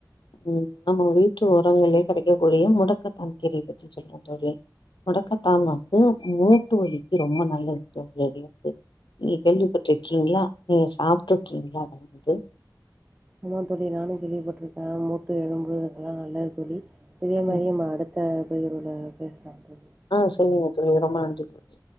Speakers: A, on the left; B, on the right.
A: ம் நம்ம வீட்டு ஓரங்கள்லயே கெடைக்கக் கூடிய முடக்கத்தான்கீரய பத்தி சொல்லுங்க தோழி முடக்கத்தான் வந்து மூட்டு வலிக்கு ரொம்ப நல்லது தோழி அது வந்து நீங்க கேள்விப்பட்ருக்கீங்ளா நீங்க சாப்ட்ருக்கீங்களா அத வந்து
B: ஆமா தோழி நானு கேள்விப்பட்டுருக்கே மூட்டு எலும்பு இதுக்கெல்லா நல்லது தோழி இதே மாரியே
A: ம்
B: நம்ம அடுத்த பதிவுல பேசலா தோழி
A: ஆ சரிங்க தோழி ரொம்ப நன்றி தோழி